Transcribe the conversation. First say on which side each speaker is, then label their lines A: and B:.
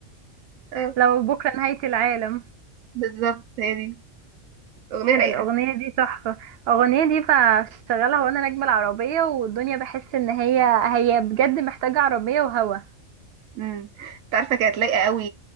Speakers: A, on the right; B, on the right.
A: آه.
B: لو بكره نهاية العالم
A: بالظبط هي دي اغنيه رايقه
B: الاغنية دي تحفة الاغنية دي بشغلها وانا راكبة العربية والدنيا بحس ان هي هي بجد محتاجة عربية وهوا
A: امم انت عارفه كانت لايقه قوي